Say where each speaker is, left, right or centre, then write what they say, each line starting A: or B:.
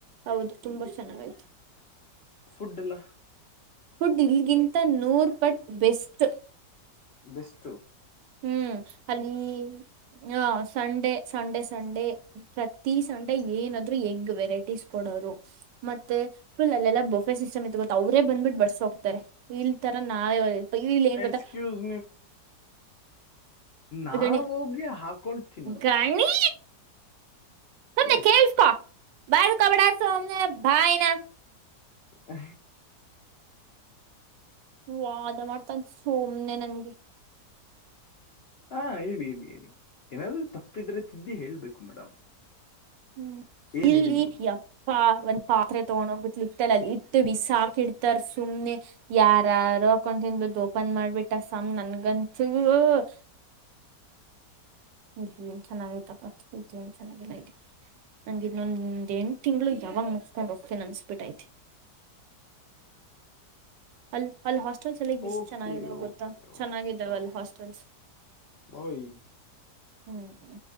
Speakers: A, on the right; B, on the left.
A: ಹೌದು ತುಂಬಾ ಚೆನ್ನಾಗೈತೆ.
B: ಫುಡ್ ಎಲ್ಲ
A: ಫುಡ್ ಇಲ್ಗಿಂತ ನೂರ್ ಪಟ್ ಬೆಸ್ಟ್.
B: ಬೆಷ್ಟು.
A: ಹ್ಮ್ ಅಲ್ಲಿ ಹ ಸಂಡೆ ಸಂಡೇ ಸಂಡೇ. ಪ್ರತಿ ಸಂಡೆ ಏನಾದ್ರೂ ಎಗ್ ವೆರೈಟಿಸಸ್ ಕೊಡೋರು. ಮತ್ತೆ ಫುಲ್ ಅಲ್ಲೆಲ್ಲಾ ಬೊಫೆ ಸಿಸ್ಟಮ್ ಇತ್ತು ಗತ್ತ ಅವ್ರೇ ಬಂದಬಿಟ್ಟು ಬಡಸ ಹೋಗ್ತಾರೆ ಇಲ ತರಾ ನಾಳೆ ಅಯ್ಯೋ ಇಲ್ಲ ಏನ್
B: ಎಕ್ಸ್ಕ್ಯೂಸ್
A: ಗೊತ್ತಾ.
B: ನಾವ
A: ಗಣಿ
B: ಹೋಗಿ ಹಾಕೊಂಡು ತಿನ್ನೋದು.
A: ಗಣಿ ಸುಮ್ನೆ
B: ಎಸ್
A: ಕೆಳಸ್ಕೋ ಬಡ್ಕೋಬೇಡ ಸುಮ್ನೆ ಬಾಯನಾ.
B: ಹ.
A: ವಾದ ಮಾಡ್ತಾನ ಸುಮ್ನೆ ನನ್ಗೆ.
B: ಹಾ ಹೇಳಿ ಹೇಳಿ ಹೇಳಿ ಏನಾದ್ರು ತಪ್ಪಿದ್ರೆ ತಿದ್ದಿ ಹೇಳ್ಬೇಕು ಮೇಡಮ್.
A: ಹ್ಮ್
B: ಏನ್
A: ಇಲ್ಲಿ
B: ಹೇಳಿ ನೀವು
A: ಯಪ್ಪಾ ಒಂದ್ ಪಾತ್ರೆ ತಗೊಂಡೋಗ್ ಬಿಟ್ಲಿ. ಇಲ್ಲ ಇತ್ತು ಬಿ ಸಾಕ ಇಡ್ತಾರ ಸುಮ್ನೆ ಯಾರಾರು ಅಕೊಂಡ್ ತಿನ್ಬದು ಓಪನ್ ಮಾಡ್ಬಿಟ್ಟ ಸಾ <unintelligible>
B: <inaudible>
A: ಇಲ್ಲಿ ಏನ್ ಚೆನ್ನಾಗೈತಪ್ಪ ಏನ್ ಚೆನ್ನಾಗಿಲ್ಲ ಇಲ್ಲಿ ಹಂಗಿದ್ ನೊ ನಿಮ್ದೇನ್. ತಿಂಗಳು
B: ಓಕೆ
A: ಯಾವಾಗ ಮುಗ್ಸ ಮುಗ್ಸ್ತೇನ ಅನಸ ಬಿಟ್ಟೈತೆ ಅಲ್ಲ ಅಲ್ಲ. ಹಾಸ್ಟೆಲ್ಸ್ ಎಲ್ಲಿ ಇಷ್ಟ
B: ಓಕೆ
A: ಚೆನ್ನಾಗಿದಾವ
B: ಓಕೆ
A: ಗೊತ್ತಾ ಚೆನ್ನಾಗಿದ್ದಾವಲ್ಲ
B: ಓಕೆ
A: ಹಾಸ್ಟೆಲ್ಸ್.
B: ಓಯ್
A: ಹ್ಮ್.